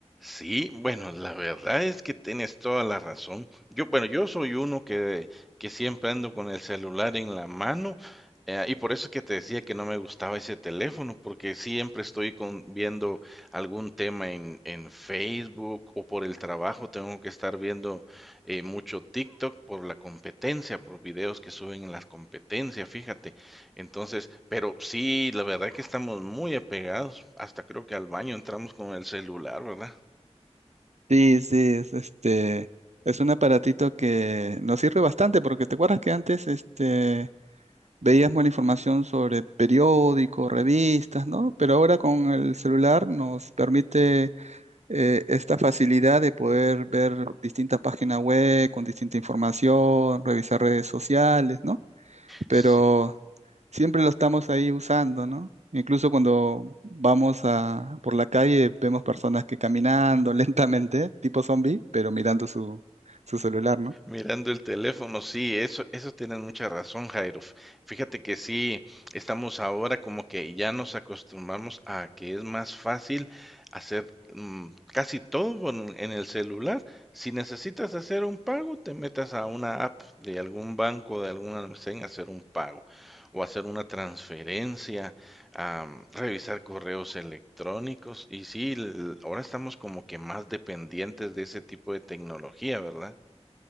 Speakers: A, in the centre; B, on the right.
A: Sí, bueno, la verdad es que tienes toda la razón. Yo, bueno, yo soy uno que, que siempre ando con el celular en la mano, eh, y por eso es que te decía que no me gustaba ese teléfono, porque siempre estoy con, viendo algún tema en, en Facebook o por el trabajo tengo que estar viendo eh, mucho TikTok por la competencia, por videos que suben en las competencias, fíjate. Entonces, pero sí, la verdad que estamos muy apegados, hasta creo que al baño entramos con el celular, ¿verdad?
B: Sí, sí, es este, es un aparatito que nos sirve bastante porque te acuerdas que antes este veíamos la información sobre periódicos, revistas, ¿no? Pero ahora con el celular nos permite eh, esta facilidad de poder ver distintas páginas web con distinta información, revisar redes sociales, ¿no? pero
A: Sí,
B: siempre lo estamos ahí usando, ¿no? Incluso cuando vamos a, por la calle vemos personas que caminando <laughs> lentamente, tipo zombie, pero mirando su, su celular, ¿no?
A: mirando el teléfono, sí, eso, eso tienes mucha razón, Jairo. Fíjate que sí, estamos ahora como que ya nos acostumbramos a que es más fácil hacer mm, casi todo en, en el celular. Si necesitas hacer un pago, te metas a una app de algún banco, de algún almacén, a hacer un pago o hacer una transferencia, am, revisar correos electrónicos. Y sí, l- ahora estamos como que más dependientes de ese tipo de tecnología, ¿verdad?